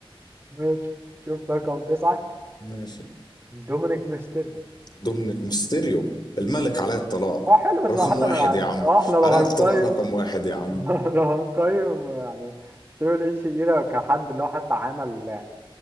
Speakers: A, on the right; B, on the left.
A: ماشي شوف رقم تسعة
B: ماشي
A: دومينيك ميستيريو
B: دومينيك ميستيريو الملك علاء الطلاق
A: اه حلو بس
B: رقم
A: حتى
B: واحد
A: انا يعني
B: يا عم
A: اه احنا لو
B: علاء
A: هنقيم
B: الطلاق رقم واحد يا عم
A: <laughs> لو هنقيم يعني تريبل اتش ايرا كحد اللي هو حتى عمل